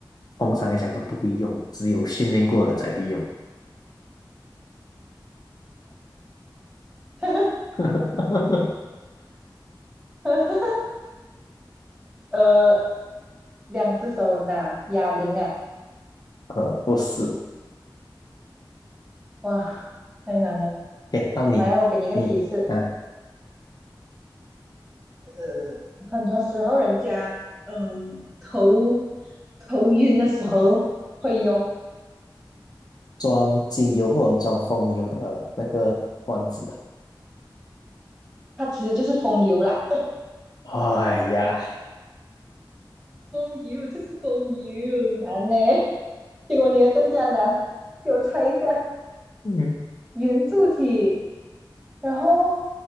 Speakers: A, on the left; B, in the centre.
A: 通常来讲都不会用，只有训练过的人才会用。
B: <laughs>
A: <laughs>
B: <laughs> 呃，两只手拿哑铃啊，
A: 呃，不是，
B: 哇，太难了。
A: 给到你，
B: 来啊，我给你一个提示，
A: 你啊，
B: 呃，很多时候人家嗯头头晕的时候会用，
A: 装精油或者装风油的那个罐子
B: 它其实就是风油啦。
A: 啊。哎呀，
B: 风油就是风油，难呢。结果你的更加难，给我猜一下，
A: 嗯，
B: 圆柱体，然后